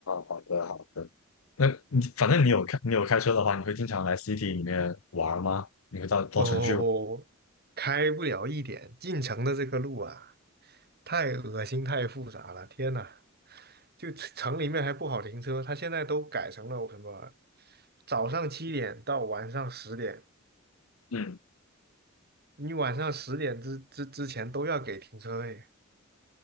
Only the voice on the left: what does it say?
好的好的。那你反正你有开你有开车的话，你会经常来 city 里面玩吗？你会到到城区玩？
嗯